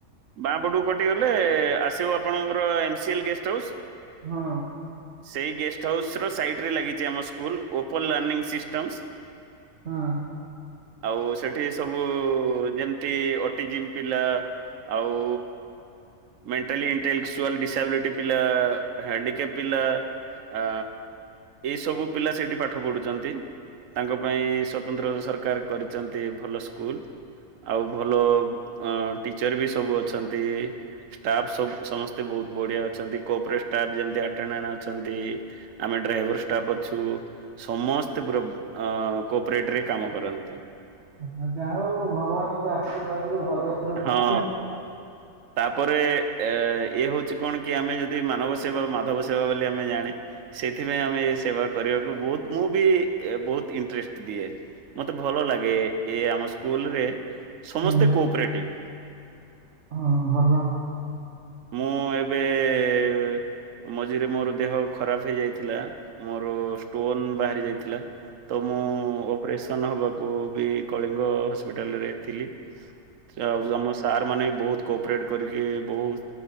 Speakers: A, on the right; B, on the right.
A: ବାଁପଟକୁ କଟି ଗଲେ ଆସିବ ଆପଣଙ୍କର ଏମସିଏଲ ଗେଷ୍ଟ ହାଉସ୍
B: ହଁ
A: ସେଇ ଗେଷ୍ଟ ହାଉସ ର ସାଇଟ ରେ ଲାଗିଛି ଆମ ସ୍କୁଲ ଓପନ ଲାର୍ଣିଂ ସିଷ୍ଟମସ
B: ହଁ
A: ଆଉ ସେଠି ସବୁ ଯେମିତି ଅଟିଜିିମ୍ ପିଲା ଆଉ ମେଣ୍ଟାଲି ଇଣ୍ଟେଲେକ୍ଚୁଆଲ ଡିସାବିଲିଟି ପିଲା ହ୍ୟାଣ୍ଡିକେପ୍ ପିଲା ଆ ଏଇ ସବୁ ପିଲା ସେଇଠି ପାଠ ପଢୁଛନ୍ତି ତାଙ୍କ ପାଇଁ ସ୍ଵତନ୍ତ୍ର ସରକାର କରିଛନ୍ତି ଭଲ ସ୍କୁଲ ଆଉ ଭଲ ଅ ଟିଚର ବି ସବୁ ଅଛନ୍ତି ଷ୍ଟାଫ୍ ସ ସମସ୍ତେ ବହୁତ ବଢିଆ ଅଛନ୍ତି କୋପ୍ରେଟଷ୍ଟାପ୍ ଯେମିତି ଆଟେନାନା ଅଛନ୍ତି ଆମେ ଡ୍ରାଇଭର ଷ୍ଟାପ୍ ଅଛୁ ସମସ୍ତେ ପୁରା କୋପ୍ରେଟରେ କାମ କରନ୍ତି।
B: ହ ଯା ହଉ ଭଗବାନଙ୍କ ଆଶୀର୍ବାଦରୁ ଘରେ ରୁ
A: ହଁ। ତାପରେ ଅ ଇଏ ହଉଛି କଣ କି ଆମେ ଯଦି ମାନବ ସେବା ମାଧବ ସେବା ବୋଲି ଆମେ ଜାଣେ ସେଥିପାଇଁ ଆମେ ଏ ସେବା କରିବାକୁ ବହୁତ ମୁଁ ବି ବହୁତ ଇଣ୍ଟରେଷ୍ଟ ଦିଏ। ମତେ ଭଲ ଲାଗେ ଏ ଆମ ସ୍କୁଲରେ ସମସ୍ତେ
B: ହଁ
A: କୋପ୍ରେଟିଭ
B: ହଁ ଭଲ
A: ମୁଁ ଏବେଏ ମଝିରେ ମୋର ଦେହ ଖରାପ ହେଇଯାଇଥିଲା ମୋର ଷ୍ଟୋନ ବାହାରି ଯାଇଥିଲା ତ ମୁଁ ଅପରେସନ ହବାକୁ ବି କଳିଙ୍ଗ ହସ୍ପିଟାଲରେ ଥିଲି। ଆଉ ଆମ ସାର୍ ମାନେବି ବହୁତ କୋପରେଟ କରିକି ବହୁତ